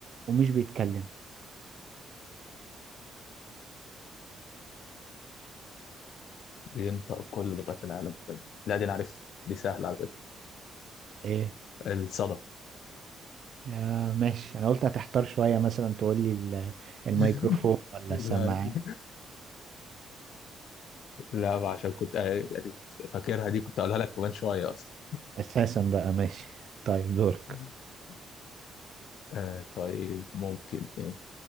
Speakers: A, on the right; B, on the left.
A: ومش بيتكلم
B: بينطق كل لغات العالم كده لا دي انا عارف دي سهله على فكره
A: ايه
B: الصدى
A: آه ماشي انا قلت هتحتار شوية مثلا تقول لي ال- الميكروفون
B: <laughs>
A: ولا
B: لا
A: السماعة
B: دي- لا عشان كنت آه، يعني فاكرها دي كنت اقولها لك كمان شويه اصلا
A: اساسا بقى ماشي طيب دورك
B: <laughs> آه طيب ممكن ايه